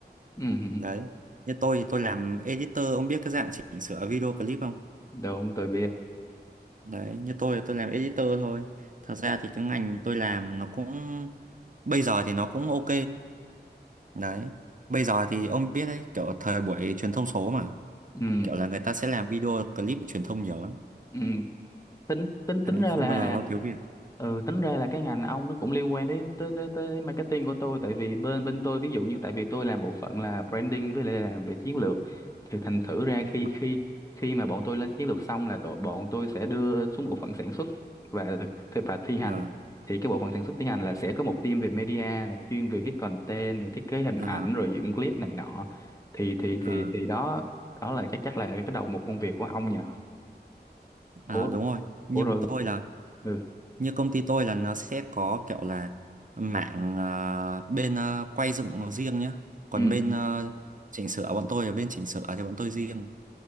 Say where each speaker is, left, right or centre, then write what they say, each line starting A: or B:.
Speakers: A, on the left; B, on the right.
A: ừ hử.
B: Đấy. Như tôi thì tôi làm editor, ông biết cái dạng chỉnh sửa video clip không?
A: đúng tôi biết
B: Đấy, như tôi thì tôi làm editor thôi. Thật ra thì cái ngành tôi làm nó cũng bây giờ thì nó cũng ok đấy bây giờ thì ông biết đấy kiểu thời buổi truyền thông số mà
A: ừ.
B: kiểu là người ta sẽ làm video clip để truyền thông nhiều lắm
A: ừ. tính tính tính
B: đấy,
A: ra
B: không
A: là
B: bao giờ nó thiếu việc
A: ừ tính ra là cái ngành ông nó cũng liên quan đến tới tới tới marketing của tôi tại vì bên bên tôi ví dụ như tại vì tôi làm bộ phận là branding với lại làm về chiến lược thì thành thử ra
B: đúng
A: khi
B: không?
A: khi khi mà bọn tôi lên chiến lược xong là tụi bọn tôi sẽ đưa xuống bộ phận sản xuất và thực thi- và thi hành
B: Ờ,
A: thì cái bộ phận sản xuất thi hành là sẽ có một team về media là chuyên về viết content rồi thiết kế hình ảnh
B: ờ,
A: rồi dựng clip này nọ thì thì thì
B: ờ,
A: thì đó đó là chắc chắc là cái đầu một công việc của ông nhỉ
B: ờ,
A: ủa
B: đúng rồi như
A: ủa rồi
B: bọn tôi là
A: ừ
B: như công ty tôi là nó sẽ có kiểu là mạng ờ, bên ờ, quay dựng riêng nhá còn
A: ừ
B: bên ờ, chỉnh sửa bọn tôi là bên chỉnh sửa thì bọn tôi riêng